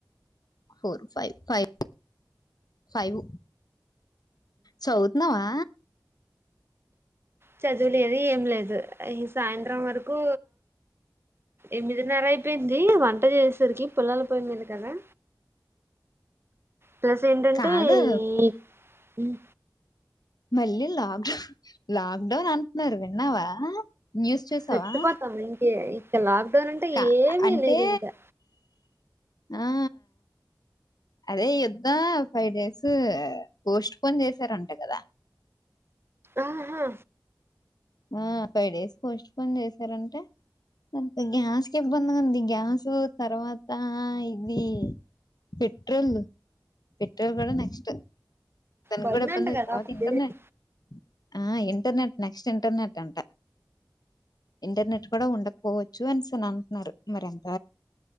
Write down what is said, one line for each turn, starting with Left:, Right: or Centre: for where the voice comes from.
Left: four five five five చౌతున్నావా
Right: చదువులేదు ఏం లేదు ఈ సాయంత్రం వరకు ఎనిమిదిన్నర అయిపోయింది వంట చేసేసరికి పుల్లల పోయ్మీద కదా ప్లస్ ఏంటంటే
Left: కాదు
Right: ఈ ఉమ్
Left: మళ్ళీ లాక్డౌన్ లాక్డౌన్ అంటున్నారు విన్నావా న్యూస్ చూసావా
Right: సచిపోతాం ఇంకే ఇంకా లాక్ డౌన్ అంటే
Left: కా
Right: ఏమీ
Left: అంటే
Right: లేదు ఇంకా
Left: ఆ అదే యుద్ధ ఫైవ్ డేస్ పోస్ట్ పోన్ చేసారంట కదా
Right: ఆహా
Left: ఆ ఫైవ్ డేస్ పోస్ట్పోన్ చేసారంట అంత గ్యాస్కి ఇబ్బంది ఉంది గ్యాస్ తర్వాత ఇది పెట్రోల్ పెట్రోల్ కూడా నెక్స్ట్ తను
Right: బంద్
Left: కూడా ఇబంది
Right: అంట కదా
Left: తర్వాత
Right: ఒక
Left: ఇంటర్నెట్
Right: పీరియడ్.
Left: ఆ ఇంటర్నెట్ నెక్స్ట్ ఇంటర్నెట్ అంట ఇంటర్నెట్ కూడా ఉండకపోవచ్చు అనేసని అంటున్నారు మరి అంత